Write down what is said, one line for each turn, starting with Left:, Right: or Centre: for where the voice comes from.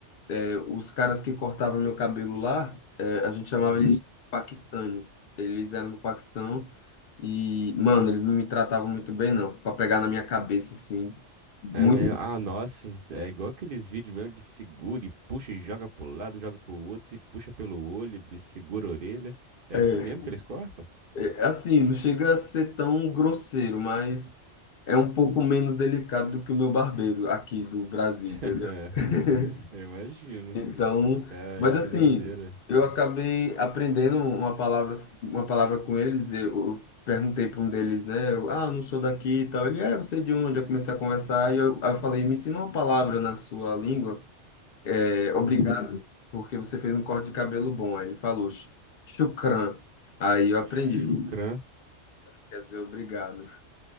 Left: É, os caras que cortavam meu cabelo lá, é, a gente chamava
Right: hum.
Left: eles de paquistanes. Eles eram do Paquistão e, mano, eles não me tratavam muito bem, não, para pegar na minha cabeça, assim. Muito.
Right: É mesmo. Ah, nossa, é igual aqueles vídeos mesmo de segura e puxa e joga pro lado, joga pro outro e puxa pelo olho e segura a orelha. É
Left: é,
Right: assim mesmo que eles cortam?
Left: É, é assim, não chega a ser tão grosseiro, mas é um pouco menos delicado do que o meu barbeiro aqui do Brasil,
Right: <laughs>
Left: entendeu? <laughs>
Right: Eu imagino.
Left: Então,
Right: Cara,
Left: mas
Right: que
Left: assim,
Right: doideira.
Left: eu acabei aprendendo uma palavra, uma palavra com eles. Eu, eu perguntei para um deles, né? eu, ah, eu não sou daqui e tal. Ele, é, você é de onde? Eu comecei a conversar e eu, aí eu falei, me ensina uma palavra na sua língua. É, obrigado,
Right: Ah,
Left: porque você fez um corte de cabelo bom. Aí ele falou, "Sh- shukran. Aí eu aprendi.
Right: chucrã.
Left: Quer dizer, obrigado.